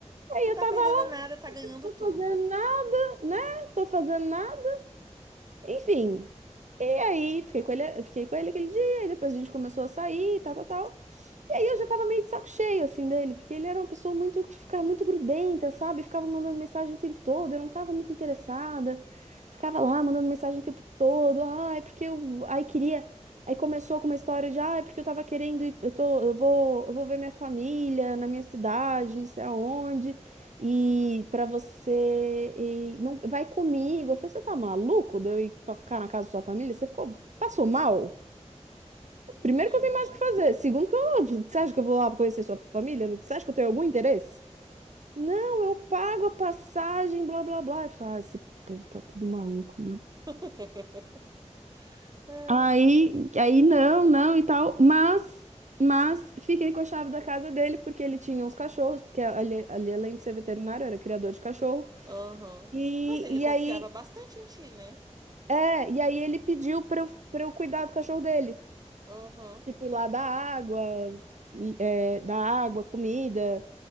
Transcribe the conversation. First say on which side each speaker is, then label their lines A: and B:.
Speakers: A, on the right (about 75°); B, on the right (about 30°).
A: Aí
B: Não
A: eu
B: tá
A: tava
B: perdendo
A: lá,
B: nada, tá ganhando
A: tô
B: tudo.
A: fazendo nada, né? Tô fazendo nada. Enfim. E aí fiquei com ele, fiquei com ele aquele dia, e depois a gente começou a sair, tal, tal, tal. E aí eu já tava meio de saco cheio, assim, dele, porque ele era uma pessoa muito que ficava muito grudenta, sabe? Ficava mandando mensagem o tempo todo, eu não tava muito interessada. Ficava lá mandando mensagem o tempo todo. Ai, porque eu. Aí queria. Aí começou com uma história de, ai, porque eu tava querendo ir, eu tô, eu vou, eu vou ver minha família na minha cidade, não sei aonde. E pra você e não vai comigo. Eu falei, você tá maluco de eu ir pra ficar na casa da sua família? Você ficou, passou mal? Primeiro
B: Uhum.
A: que eu tenho mais o que fazer. Segundo que eu, você acha que eu vou lá conhecer sua família? Você acha que eu tenho algum interesse? Não, eu pago a passagem, blá, blá, blá. E fala, ah, esse povo tá tudo maluco mesmo.
B: <laughs> É,
A: Aí, aí não, não e tal. Mas, mas fiquei com a chave da casa dele porque ele tinha uns cachorros, porque ali, ali além de ser veterinário, era criador de cachorro.
B: Aham.
A: E,
B: Nossa, ele confiava
A: e aí,
B: bastante em ti, né?
A: é, e aí ele pediu pra eu, pra eu cuidar do cachorro dele.
B: Aham.
A: Tipo, ir lá dar água, é, dar água, comida.